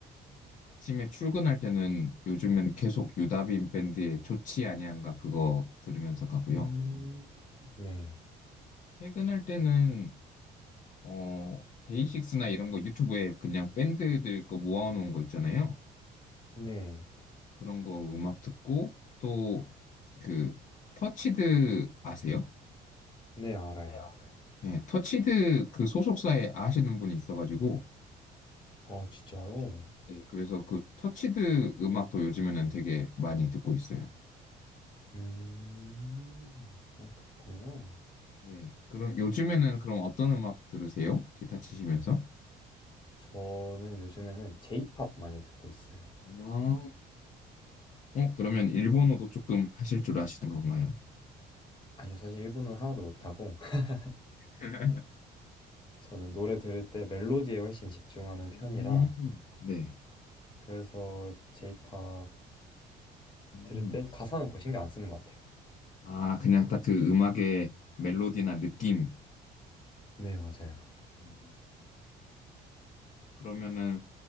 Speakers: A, on the left; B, on the left.
A: 아침에 출근할 때는 요즘엔 계속 유다빈 밴드의 좋지 아니한가 그거 들으면서 가고요.
B: 음, 네,
A: 퇴근할 때는 어 데이식스나 이런 거 유튜브에 그냥 밴드들 거 모아놓은 거 있잖아요.
B: 네.
A: 그런 거 음악 듣고 또 그 터치드 아세요?
B: 네, 알아요.
A: 네, 알아요. 예, 터치드 그 소속사에 아시는 분이 있어가지고
B: 아, 진짜요?
A: 아, 진짜. 예, 그래서 그 터치드 음악도 요즘에는 되게 많이 듣고 있어요.
B: 음, 아, 그렇군요.
A: 네. 그럼 요즘에는 그럼 어떤 음악 들으세요? 기타 치시면서?
B: 저는 요즘에는 J-pop 많이 듣고 있어요.
A: 아, 어, 그러면 일본어도 조금 하실 줄 아시는 건가요?
B: 아니요, 사실 일본은 하나도 못하고, <laughs>
A: <laughs>
B: 저는 노래 들을 때 멜로디에 훨씬 집중하는
A: 음,
B: 편이라,
A: 네.
B: 그래서 J-pop을 들을
A: 음,
B: 때 가사는 거의 신경 안 쓰는 것 같아요.
A: 아, 그냥 딱 그 음악의 멜로디나 느낌.
B: 네, 맞아요.
A: 음, 그러면은